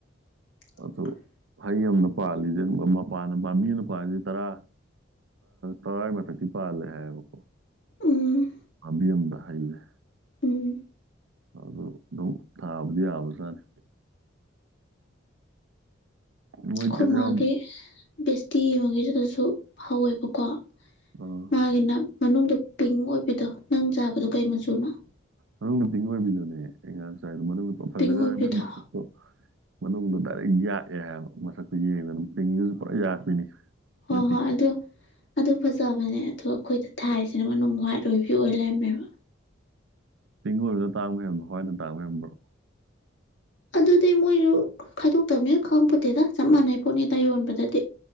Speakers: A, on the left (about 65°); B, on the right (about 70°).
A: <unintelligible>
B: ꯑꯗꯨ ꯍꯩ ꯑꯃꯅꯥ ꯄꯥꯜꯂꯤꯁꯦ ꯃꯄꯥꯟꯅ ꯄꯥꯝꯕꯤꯃꯅ ꯄꯥꯜꯂꯤꯁꯦ ꯇꯔꯥ ꯇꯔꯥꯒꯤ ꯃꯊꯛꯇꯤ ꯄꯥꯜꯂꯦ ꯍꯥꯏꯌꯦꯕꯀꯣ
A: ꯎꯝ
B: ꯄꯥꯞꯕꯤꯝꯃꯗꯥ ꯍꯩꯖ‌ꯦ
A: ꯎꯝ
B: ꯑꯗꯨ ꯑꯗꯨꯝ ꯊꯥꯕꯗꯤ ꯌꯥꯕꯖꯥꯠꯅꯤ ꯃꯣꯏꯗꯤ
A: ꯑꯈꫭꯏꯃꯥꯒꯤ
B: ꯀꯩꯁꯨ ꯌꯥꯝ
A: ꯕꯦꯁꯇꯤ ꯑꯃꯥꯒꯤꯗꯨꯗꯁꯨ ꯍꯧꯋꯦꯕꯀꯣ
B: ꯎꯝ
A: ꯃꯥꯒꯤꯅ ꯃꯅꯨꯡꯗ ꯄꯤꯡ ꯑꯣꯏꯕꯤꯗꯣ ꯅꯪ ꯆꯥꯕꯗꯣ ꯀꯩ ꯃꯆꯨꯅꯣ
B: ꯃꯅꯨꯡꯗ ꯄꯤꯡ ꯑꯣꯏꯕꯤꯗꯨꯅꯦ ꯑꯩꯉꯔꯥꯡ ꯆꯥꯏꯗꯣ ꯃꯅꯨꯡꯗ ꯐꯖꯒꯔꯥ
A: ꯄꯤꯡ ꯑꯣꯏꯕꯤꯗꯣ
B: ꯖꯥꯟꯅꯤ ꯃꫭꯏ ꯃꯁꯛ ꯑꯗꯨ ꯃꯅꯨꯡꯗꯣ ꯗꯥꯏꯔꯦꯛ ꯌꯥꯛꯑꯦ ꯍꯥꯏꯕ ꯃꯁꯛꯇꯨ ꯌꯦꯡꯕꯗ ꯑꯗꯨꯝ ꯄꯤꯡꯗꯨꯁꯨ ꯄꯨꯔꯥ ꯌꯥꯛꯄꯤꯅꯤ
A: ꯍꫭ
B: ꯃꯣꯏ
A: ꯍꯣ
B: ꯄꯤꯡꯗꯣ
A: ꯑꯗꯨ ꯑꯗꯨ ꯐꯖꯕꯅꯦ ꯑꯗꫭ ꯑꯩꯈꯣꯏꯗ ꯊꯥꯏꯁꯤꯅ ꯃꯅꯨꯡ ꯍꫭ꯭ꯋꯥꯏꯠ ꯑꯣꯏꯕꯤ ꯑꯣꯏ ꯂꯩꯔꯝꯃꯦꯕ
B: ꯄꯤꯡ ꯑꯣꯏꯕꯗꯨꯗ ꯇꯥꯡꯕ ꯍ‌ꯦꯟꯕ꯭ꯔꫭ ꯍꯋꯥꯏꯅ ꯇꯥꯡꯕ ꯍ‌ꯦꯟꯕ꯭ꯔꯣ
A: ꯑꯗꯨꯗꯤ ꯃꯣꯏꯁꯨ ꯈꯥꯏꯗꯣꯛꯇꯕꯅꯤꯅ ꯈꯪꯄꯠꯇꯦꯗ ꯆꯞ ꯃꯥꯟꯅꯩ ꯄꯣꯠꯅꯤꯗ ꯌꯣꯟꯕꯗꯗꯤ